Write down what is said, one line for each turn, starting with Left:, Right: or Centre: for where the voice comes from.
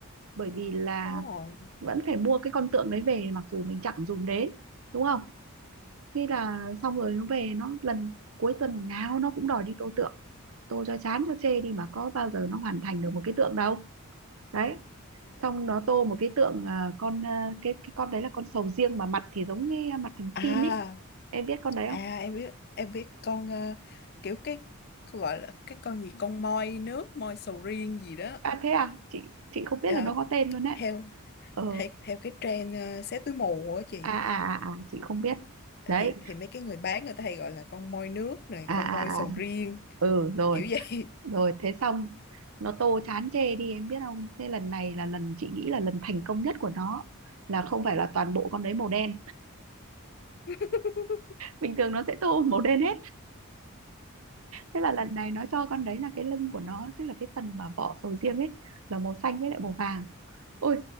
Right: bởi vì là
Left: đúng rồi
Right: vẫn phải mua cái con tượng đấy về mặc dù mình chẳng dùng đến đúng không thế là xong rồi nó về nó lần cuối tuần nào nó cũng đòi đi tô tượng tô cho chán cho chê đi mà có bao giờ nó hoàn thành được một cái tượng đâu đấy xong nó tô một cái tượng à, con à, cái cái con đấy là con sầu riêng mà mặt thì giống cái mặt thằng
Left: à
Right: xin ấy em biết con đấy
Left: à
Right: không
Left: em biết em biết con ờ, kiểu cái cái gọi là cái con gì con moi nước moi sầu riêng gì đó
Right: à thế à chị chị không biết
Left: Ờ,
Right: là nó có tên luôn đấy
Left: theo
Right: ờ
Left: theo theo cái trend ờ, xé túi mù á chị
Right: à à à à, chị không biết
Left: thì
Right: đấy
Left: thì mấy cái người bán người ta hay gọi là con moi nước này
Right: à
Left: con
Right: à
Left: moi
Right: à
Left: sầu
Right: à.
Left: riêng
Right: ừ rồi
Left: kiểu vậy
Right: rồi thế xong nó tô chán chê đi em biết không thế lần này là lần chị nghĩ là lần thành công nhất của nó là không phải là toàn bộ con đấy màu đen
Left: <laughs>
Right: bình thường nó sẽ tô <laughs> màu đen hết thế là lần này nó cho con đấy là cái lưng của nó tức là cái phần mà vỏ sầu riêng ấy là màu xanh với lại màu vàng ôi